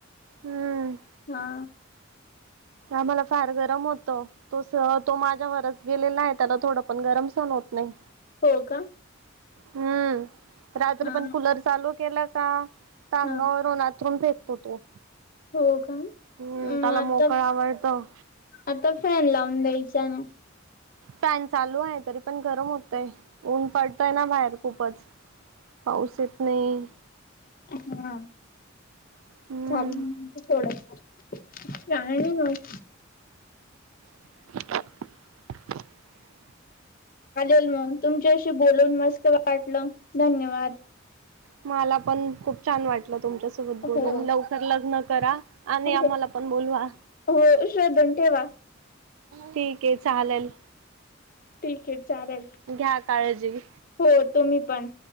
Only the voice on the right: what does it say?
हम्म
आम्हाला फार गरम होत तो तो माझ्यावरच गेलेला आहे त्याला थोडं पण गरम सहन होत नाही.
हम्म. रात्री
पण कुलर चालू केला का अंगावरून
अथरून फेकतो तो.
हम्म.
त्याला
मोकळ आवडतं.
फॅन चालू आहे. तरी पण गरम होतय. ऊन पडतय ना, बाहेर खूपच. पाऊस येत नाही.
हम्म
<unintelligible>
मला पण खूप छान वाटलं. तुमच्या सोबत
बोलून. लवकर लग्न करा. आणि
आम्हाला पण बोलवा.
ठीकय, चालेल.
घ्या काळजी.